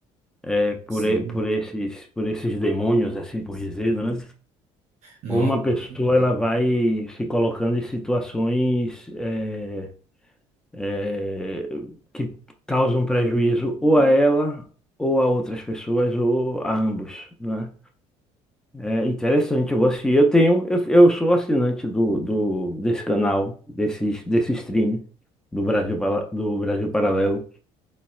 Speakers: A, in the centre; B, on the right.
A: É, por,
B: sim.
A: e- por esses, por esses demônios, assim por dizer, né?
B: Não,
A: Como
B: com
A: a pessoa
B: certeza.
A: ela vai se colocando em situações é, é, que causam prejuízo ou a ela, ou a outras pessoas, ou a ambos, né? É interessante, eu vou assistir. Eu tenho, eu, eu sou assinante do, do, desse canal, desse, desse stream do Brasil, Pala- do Brasil Paralelo.